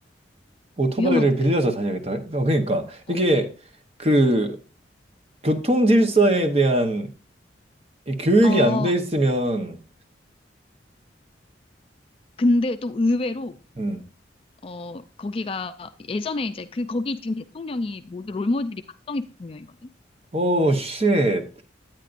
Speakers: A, on the right; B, on the left.
A: 오토바이를
B: 위험하니까.
A: 빌려서 다녀야겠다. 어, 그러니까
B: 어,
A: 이게 그 교통 질서에 대한 이 교육이
B: 어,
A: 안 돼 있으면
B: 근데 또 의외로,
A: 음.
B: 어, 거기가 예전에 이제 그, 거기 지금 대통령이 모두 롤모델이 박정희 대통령이거든.
A: 오, 쉣.